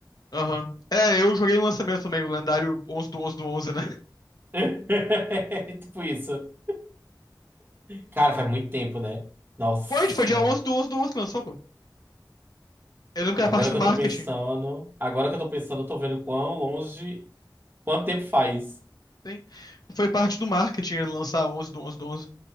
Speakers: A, on the left (about 55°); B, on the right (about 25°).
A: Aham. É, eu joguei no lançamento também, o lendário onze do onze do onze né?
B: <laughs> Tipo isso. Cara, faz muito tempo, né? Nossa.
A: Foi, foi dia 11 do onze do onze que lançou, pô. Eu lembro que
B: Agora
A: era parte do
B: que
A: marketing.
B: eu tô pensando. Agora que eu tô pensando, eu tô vendo quão longe. Quanto tempo faz?
A: Sim. Foi parte do marketing ele lançar onze, do onze, do 11.